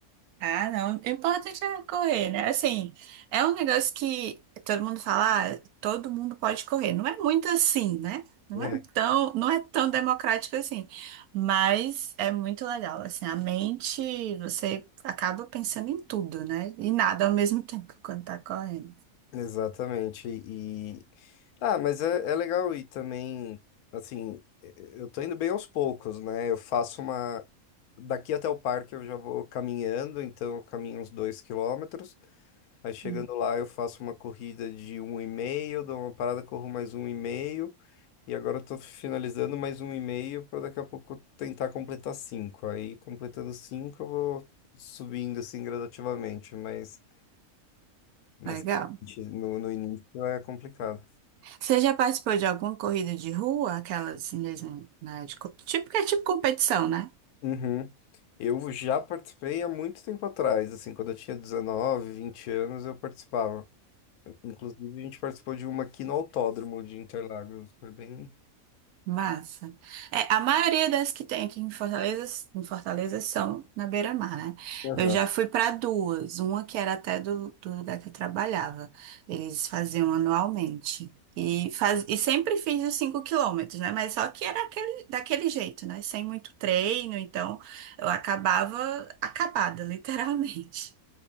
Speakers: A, on the right (about 80°); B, on the left (about 85°).
A: Ah, não. O importante é correr, né? Assim, é um negócio que todo mundo fala, ah, todo mundo pode correr. Não é muito assim, né? Não
B: É,
A: é tão, não é tão democrático assim. Mas é muito legal. Assim, a mente, você acaba pensando em tudo, né? E nada ao mesmo <laughs> tempo quando tá correndo.
B: exatamente. E. Ah, mas é, é legal e também, assim, e- eu tô indo bem aos poucos, né? Eu faço uma. Daqui até o parque eu já vou caminhando, então eu caminho uns dois quilômetros. Aí chegando
A: Hum.
B: lá eu faço uma corrida de um e meio, dou uma parada, corro mais um e meio. E agora eu tô finalizando mais um e-mail para daqui a pouco tentar completar cinco. Aí, completando cinco, eu vou subindo assim gradativamente, mas, mas
A: Legal.
B: realmente, no, no início é complicado.
A: Você já participou de alguma corrida de rua? Aquelas mesmo, né? De, co- tipo, que é tipo competição, né?
B: Uhum. Eu já participei há muito tempo atrás, assim, quando eu tinha 19, 20 anos, eu participava. Inclusive, a gente participou de uma aqui no Autódromo de Interlagos. Foi bem.
A: Massa. É, a maioria das que tem aqui em Fortaleza, em Fortaleza são na beira-mar, né?
B: Aham.
A: Eu já fui para duas, uma que era até do, do lugar que eu trabalhava. Eles faziam anualmente. E, faz, e sempre fiz os 5 quilômetros, né? Mas só que era aquele, daquele jeito, né? Sem muito treino, então eu acabava acabada, <laughs> literalmente.